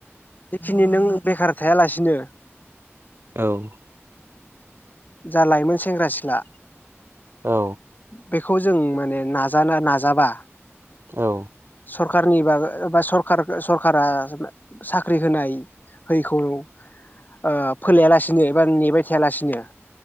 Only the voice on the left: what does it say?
जेखिनि नों बेखार थायालासिनो
जा लाइमोन सेंग्रा-सिख्ला
बेखौ जों माने नाजानो नाजाबा
सरखारनि बागै सरकाय सरकारा जोंनो साख्रि होनाय हैयैखौ ओ फोलाया लासिनो एबा नेबाय थायालासिनो